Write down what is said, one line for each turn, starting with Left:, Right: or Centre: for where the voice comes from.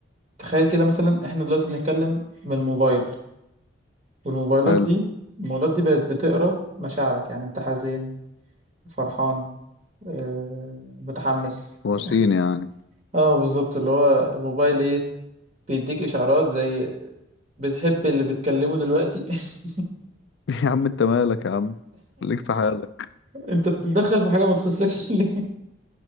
Right: تخيل كده مثلا احنا دلوقتي بنتكلم من الموبايل والموبايلات
Left: حلو
Right: دي الموبايلات دي بقت بتقرا مشاعرك يعني انت حزين فرحان آه، متحمس
Left: وسيم يعني
Right: <laughs> اه بالظبط اللي هو الموبايل ايه بيديك اشعارات زي بتحب اللي بتكلمه دلوقتي <laughs>
Left: <laughs> يا عم انت مالك يا عم خليك في حالك
Right: انت بتتدخل في حاجه ما تخصكش ليه